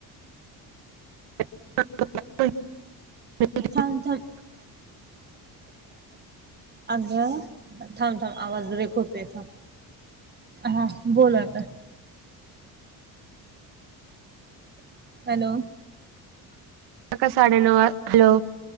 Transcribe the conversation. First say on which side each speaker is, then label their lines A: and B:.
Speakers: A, on the right (about 85°); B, on the right (about 25°).
A: <unintelligible> <unintelligible>
B: अच्छा अग थांब थांब आवाज ब्रेक होते थांब हा बोलला आता हॅलो
A: का साडे न हॅलो